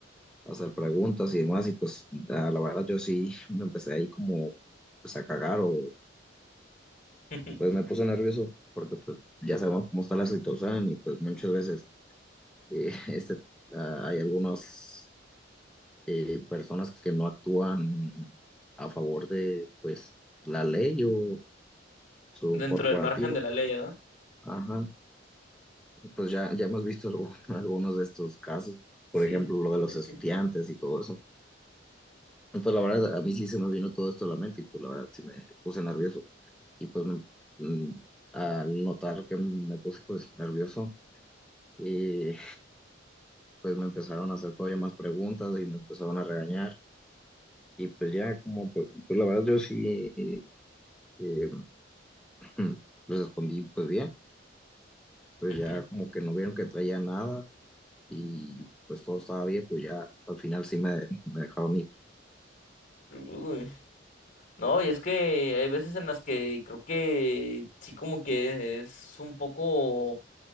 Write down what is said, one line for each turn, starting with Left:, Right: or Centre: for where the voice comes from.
Centre: hacer preguntas y demás y pues a la verdad yo sí <laughs> me empecé ahí como pues a cagar o
Left: <laughs>
Centre: pues me puse nervioso porque pues ya sabemos cómo está la situación y pues muchas veces eh, <laughs> este, ah, hay algunas eh, personas que no actúan a favor de pues la ley o su
Left: Dentro
Centre: corporativo.
Left: del margen de la ley, ¿no?
Centre: Ajá, pues ya, ya hemos visto algu- <laughs> algunos de estos casos,
Left: Sí,
Centre: por ejemplo,
Left: definitivamente.
Centre: lo de los estudiantes y todo eso. Entonces, la verdad, a mí sí se me vino todo esto a la mente y pues la verdad sí me puse nervioso. Y pues me- mm, al notar que me puse pues nervioso, eh, pues me empezaron a hacer todavía más preguntas y me empezaron a regañar. Y pues ya como, pues, pues la verdad yo sí eh, <clears throat> respondí pues bien, pues
Left: Ujú.
Centre: ya como que no vieron que traía nada y pues todo estaba bien, pues ya al final sí me, <laughs> me dejaron ir.
Left: Uy, No, y es que hay veces en las que creo que sí como que es un poco,